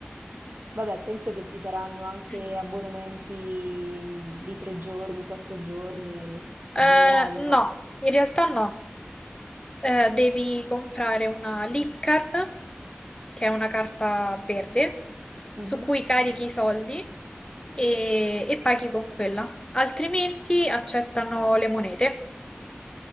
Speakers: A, on the right; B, on the left.
A: Vabbè, penso che ci saranno anche
B: Mm.
A: abbonamenti mh, di tre giorni, quattro giorni
B: Eh,
A: generali, no?
B: no, in realtà no. Eh, devi comprare una Leap Card, che è una carta verde,
A: Mhm.
B: su cui carichi i soldi e, e paghi con quella. Altrimenti accettano le monete.